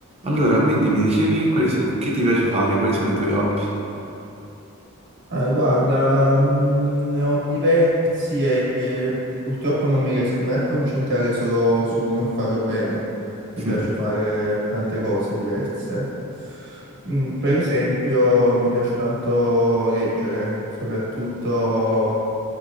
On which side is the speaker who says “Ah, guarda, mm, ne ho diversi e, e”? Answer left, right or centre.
Right